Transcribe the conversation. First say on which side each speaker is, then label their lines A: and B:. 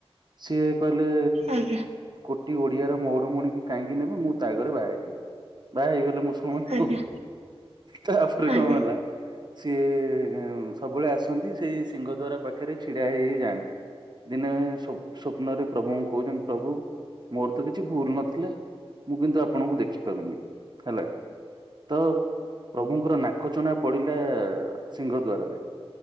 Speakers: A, on the right; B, on the right.
A: ସିଏ କହିଲେ
B: ଆଜ୍ଞା
A: କୋଟି ଓଡିଆର ମଉଡ ମଣିକି କାହିଁକି ନେବେ ମୁଁ ତା ଘରେ ବାହାହେଇଯିବି। ବାହା ହେଇଗଲେ ମୁସଲମାନ
B: ଆଜ୍ଞା
A: କ ତାପରେ
B: ଆଜ୍ଞା
A: କଣ ହେଲା ସିଏ ଗେଁ ସବୁବେଳେ ଆସନ୍ତି ସେଇ ସିଙ୍ଗ ଦ୍ଵାର ପାଖରେ ଛିଡା ହେଇ ହେଇ ଯାଆନ୍ତି। ଦିନେ ସ୍ବ ସ୍ବପ୍ନରେ ପ୍ରଭୁଙ୍କୁ କହୁଛନ୍ତି ପ୍ରଭୁ ମୋର ତ କିଛି ଭୁଲ ନଥିଲା ମୁଁ କିନ୍ତୁ ଆପଣଙ୍କୁ ଦେଖି ପାରୁନି? ହେଲା। ତ ପ୍ରଭୁଙ୍କର ନାକ ଚଣା ପଡିଲା ସିଙ୍ଘ ଦ୍ବାରରେ।